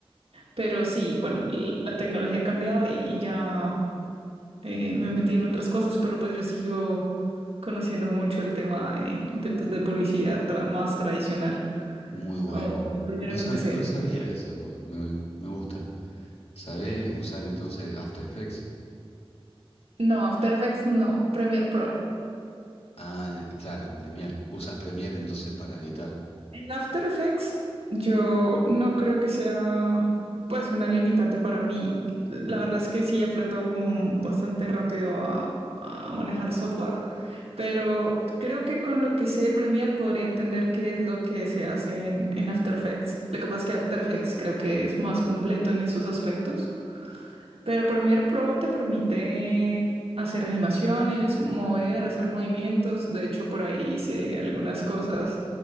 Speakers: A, on the right; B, on the left.
A: Pero sí, bueno, l- la tecnología ha cambiado y, y ya eh, me metí en otras cosas, pero pues yo sigo conociendo mucho el tema de, de, pues, de publicidad tra- más tradicional.
B: muy bueno.
A: O la primera
B: No
A: que
B: sabía,
A: empecé.
B: no sabía eso, de vos, me, me gusta. ¿Sabés usar entonces After Effects?
A: No, After Effects no, Premiere Pro.
B: Ah, el- claro, el Premiere. Usas Premiere entonces para editar.
A: En After Effects, yo no creo que sea pues una limitante para mí. La verdad es que sí aprendo como bastante rápido a, a manejar software, pero creo que con lo que sé Premiere podría entender qué es lo que se hace en, en After Effects. Lo que pasa es que After Effects creo que es más completo en esos aspectos. Pero Premiere Pro te permite hacer animaciones, mover, hacer movimientos. De hecho, por ahí hice algunas cosas